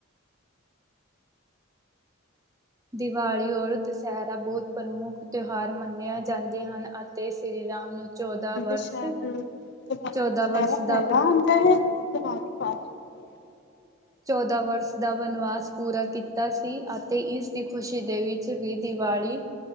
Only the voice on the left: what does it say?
ਦੁਸਹਿ ਦੁਸਹਿਰਾ
ਪਹਿਲਾ
ਹੁੰਦਾ ਹੈ <inaudible> ਵੀ ਬਾਸ਼ੀ ਹੁੰਦੀ ਹੈ <inaudible>